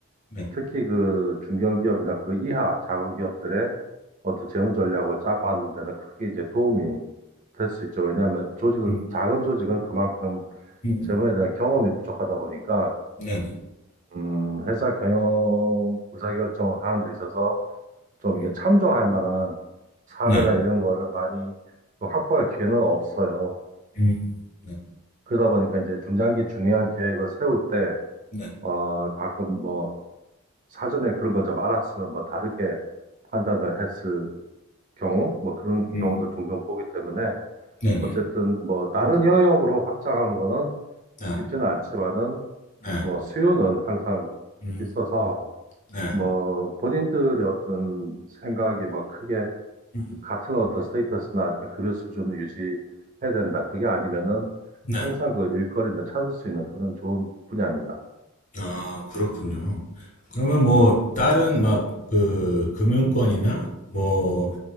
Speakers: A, on the left; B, on the right.
A: 네.
B: 특히 그 중견기업이나 그 이하 작은 기업들의 어떤 재무 전략을 짜고 하는 데는 크게 이제 도움이 될 수 있죠. 왜냐하면 조직은
A: 음,
B: 작은 조직은 그만큼
A: 음,
B: 재무에 대한 경험이 부족하다 보니까
A: 네, 네.
B: 음, 회사 경영 의사결정을 하는 데 있어서 좀
A: 음,
B: 이게 참조할 만한 사례나
A: 네.
B: 이런 거를 많이 그 확보할 기회는 없어요.
A: 음, 네.
B: 그러다 보니까 이제 중장기 중요한 계획을 세울 때,
A: 네.
B: 어, 가끔 뭐, 사전에 그런 걸 좀 알았으면 뭐 다르게 판단을 했을 경우, 뭐 그런
A: 음,
B: 경우도 종종 보기 때문에,
A: 네, 네.
B: 어쨌든 뭐 다른
A: 음,
B: 영역으로 확장하는 거는
A: 네.
B: 쉽지는 않지만은,
A: 네.
B: 뭐 수요는 항상
A: 음,
B: 있어서,
A: 네.
B: 뭐 본인들의 어떤 생각이 뭐 크게
A: 음,
B: 같은 어떤 스테이터스나 급여 수준을 유지해야 된다. 그게 아니면은
A: 네.
B: 항상 그 일거리는 찾을 수 있는 그런 좋은 분야입니다.
A: 아, 그렇군요. 그러면 뭐 다른 막 그 금융권이나 뭐